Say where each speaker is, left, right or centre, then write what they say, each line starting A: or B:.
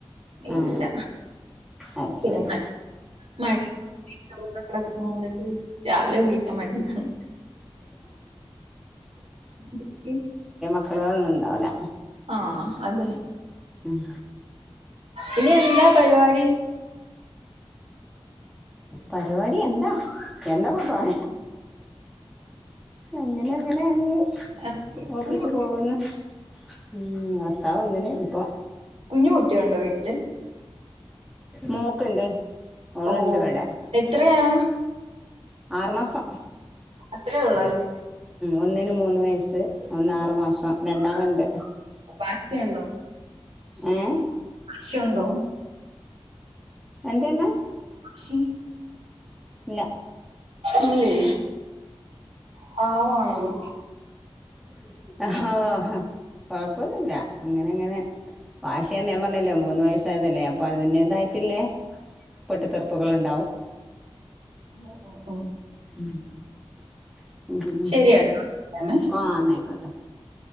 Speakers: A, in the centre; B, on the right (about 85°).
A: ആ
B: ഇല്ല
A: അത്
B: <unintelligible>
A: ശരി
B: രാവിലെ കുളി ക്കാൻ മടിയാണ് <unintelligible>
A: അഹ് നന്നാവുല
B: ആഹ് അതെ
A: ഉം
B: ഇനി എന്താ പരിപാടി?
A: പരിപാടി എന്താ എന്താപ്പ <unintelligible> അങ്ങനെ അങ്ങനെണ്ട്
B: ആ,
A: ഓഫീസ്
B: കുഞ്ഞു
A: പോക്ന്ന് ഉം ഭർത്താവ് വന്ന്ണ് ഇപ്പൊ
B: കുഞ്ഞു കുട്ടിയുണ്ടോ വീട്ടില്?
A: മോക്ക് ഇണ്ട് ഓള്
B: ഓ
A: ഇണ്ട് വട്
B: എത്രയാ?
A: ആറ് മാസം
B: അത്രേ ഉള്ളൂ അല്ലേ
A: ഒന്നിന് മൂന്ന് വയസ്സ് ഒന്ന് ആറ് മാസം രണ്ടാള്ണ്ട്
B: വാശിയുണ്ടോ
A: ഏഹ്
B: ചോണ്ടോ
A: എന്തെർന്നെ?
B: <unintelligible>
A: ഇല്ല
B: ഇല്ലേ പാവാണോള്
A: <unintelligible> കൊഴപ്പൊന്നുല്ല അങ്ങനെ അങ്ങനെ വാഷിന്നെ ഞാൻ പർഞ്ഞില്ലേ മൂന്ന് വയസ്സായതല്ലേ അപ്പൊ അതിന്റെതായിട്ടില്ലേ പൊട്ടിത്തെറുപ്പുകള്ണ്ടാവും.
B: ഓഹ് ഓഹ്
A: മ് <unintelligible>
B: ശരിയാട്ടോ വിളിക്കാമേ
A: ആഹ് എന്നായിക്കോട്ടെ